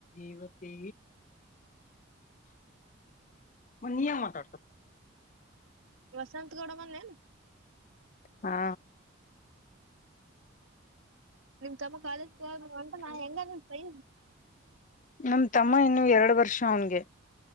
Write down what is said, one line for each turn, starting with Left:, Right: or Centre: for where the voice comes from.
Left: ಇವತ್ತೇ ಮ್ ನಿಯಮ ಮಾತಾಡ್ತ
Right: ವಸಂತತ್ಗೌಡ ಬಂದನು
Left: ಹಾ
Right: ನಿಮ್ ತಮ್ಮ ಕಾಲೇಜ್ಗೆ ಹೋಗಂಟ ನಾ ಹೆಂಗ ಸೈ
Left: ನಮ ತಮ್ಮ ಇನ್ನು ಎರಡು ವರ್ಷ ಅವನ್ಗೆ